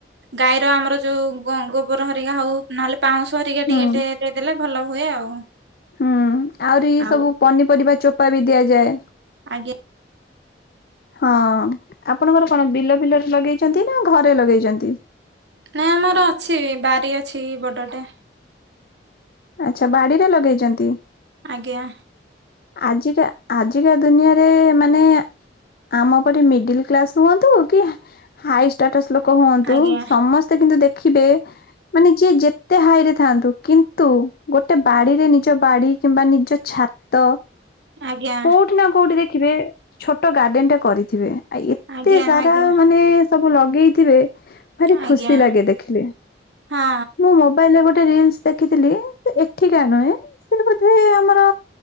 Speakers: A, on the right; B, on the left.
A: ଗାଈର ଆମର ଯୋଉ ଗୋବର ହରିକା ହଉ ନହେଲେ ପାଉଁଶ ହରିକା
B: ହୁଁ
A: ଟିକେ ଦେଇ ଦେଲେ ଭଲ ହୁଏ ଆଉ।
B: ହୁଁ ଆହୁରି ଇ
A: ଆଉ
B: ସବୁ ପନିପରିବା ଚୋପା ବି ଦିଆଯାଏ।
A: ଆଜ୍ଞା।
B: ହଁ ଆପଣଙ୍କର କଣ ବିଲ ଫିଲରେ ଲଗେଇଚନ୍ତି ନା ଘରେ ଲଗେଇଚନ୍ତି।
A: ନାଇଁ ଆମର ଅଛି ବାରି ଅଛି ବଡଟେ।
B: ଆଚ୍ଛା ବାଡ଼ିରେ ଲଗେଇଛନ୍ତି।
A: ଆଜ୍ଞା।
B: ଆଜିକା ଆଜିକା ଦୁନିଆରେ ମାନେ ଆମ ପରି ମିଡିଲ କ୍ଲାସ ହୁଅନ୍ତୁ, କି ହାଇ ଷ୍ଟାଟସ୍ ଲୋକ ହୁଅନ୍ତୁ
A: ଆଜ୍ଞା
B: ସମସ୍ତେ କିନ୍ତୁ ଦେଖିବେ ମାନେ ଯିଏ ଯେତେ ହାଇ ରେ ଥାନ୍ତୁ କିନ୍ତୁ ଗୋଟେ ବାଡିରେ ନିଜ ବାଡି କିମ୍ବା ନିଜ ଛାତ ତ
A: ଆଜ୍ଞା
B: କୋଉଠି ନା କୋଉଠି ଦେଖିବେ ଛୋଟ ଗାର୍ଡେନ ଟା କରିଥିବେ। ଆ ଏତେ
A: ଆଜ୍ଞା
B: ସାରା
A: ଆଜ୍ଞା ଆଜ୍ଞା
B: ମାନେ ସବୁ ଲଗେଇଥିବେ ଭାରି
A: ଆଜ୍ଞା
B: ଖୁସି ଲାଗେ ଦେଖିଲେ,
A: ହଁ
B: ମୁଁ ମୋବାଇଲରେ ଗୋଟେ ରିଲସ୍ ଦେଖିଥିଲି, ଏଠିକା ନୁହେଁ ସେ ବୋଧେ ଆମର